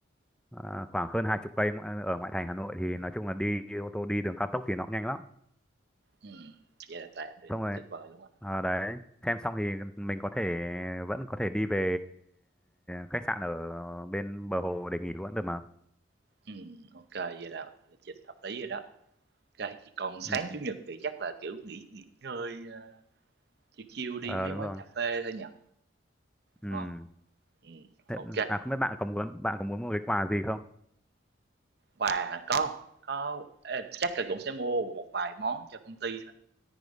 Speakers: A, in the centre; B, on the right.
A: à, khoảng hơn hai chục cây ngo- ở ngoại thành Hà Nội thì nói chung là đi, đi ô tô đi đường cao tốc thì nó cũng nhanh lắm
B: ừm, vậy là tà tuyệt
A: xong rồi
B: tuyệt vời luôn á.
A: à, đấy xem xong thì mình có thể vẫn có thể đi về khách sạn ở bên bờ hồ để nghỉ luôn được mà
B: Ừm, ô vậy là lịch trình hợp lý rồi đó. Kê, chỉ còn sáng
A: ừ.
B: Chủ nhật thì chắc là, kiểu, nghỉ nghỉ ngơi, ờ, Chill chiêu đi
A: ờ,
B: mấy
A: đúng
B: quán
A: rồi
B: cà phê thôi nhỉ, đúng
A: ừ.
B: hông? Ừm,
A: Thế,
B: ô
A: à không biết bạn có muốn bạn có muốn một cái quà gì không
B: Và có có ê, chắc là cũng sẽ mua một vài món cho công ty thôi,